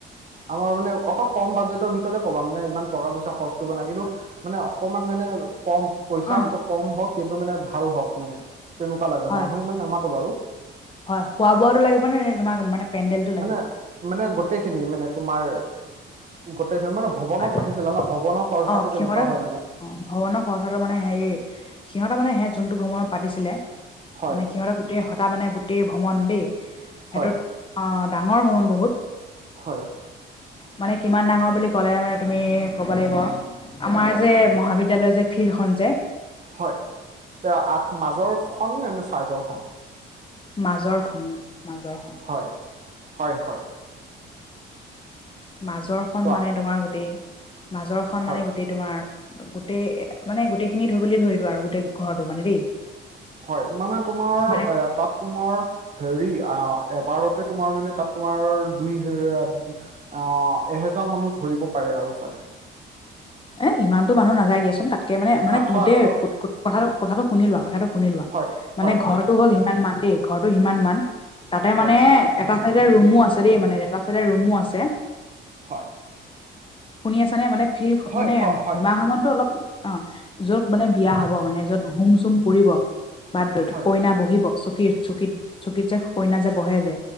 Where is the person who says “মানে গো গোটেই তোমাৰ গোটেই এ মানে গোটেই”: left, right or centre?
Left